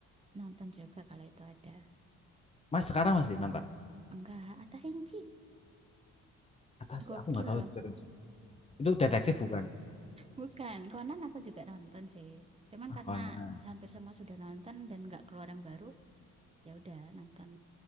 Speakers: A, on the right; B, on the left.
A: nonton juga kalau itu ada.
B: Mas sekarang masih nonton?
A: Enggak, Atta Shinchi.
B: Atas
A: Gokil.
B: aku nggak tahu itu serius. Itu detektif bukan?
A: Bukan, Conan aku juga nonton sih. Cuman
B: Ah,
A: karena
B: Conan.
A: hampir semua sudah nonton dan nggak keluar yang baru, ya udah nonton